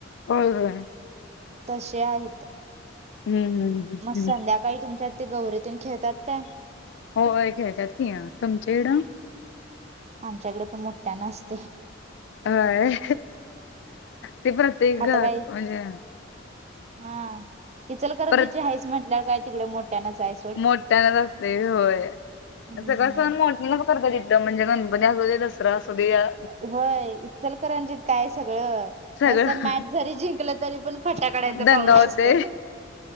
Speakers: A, on the left (about 65°); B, on the right (about 35°).
A: होय होय
B: तशा आहेत
A: हम्म हम्म
B: मग
A: हम्म
B: संध्या काळी तुमच्यात ते गौरी तेन खेळतात काय?
A: होय होय खेळतात की तुमच्या इकडं.
B: आमच्याकडे पण मोठ्या असतय
A: हय ते प्रत्येक
B: आता
A: घ
B: काही
A: म्हणजे.
B: हा इचलकरंजीची
A: परत
B: हाइस म्हटल्यावर काय तिकडे मोठ्यानंच हायस
A: मोठ्यानच असतय होय
B: हम्म.
A: सगळं सण मोठ्या मी पण करतोय तिथलं म्हणजे गणपती असू दे दसरा असू दे या.
B: होय इचलकरंजीत काय सगळं
A: सगळं
B: नुसतं मॅच जरी जिंकलं तरी पण फटाकड्यांचा
A: दंगा
B: पाऊस
A: होतोय.
B: असतोय.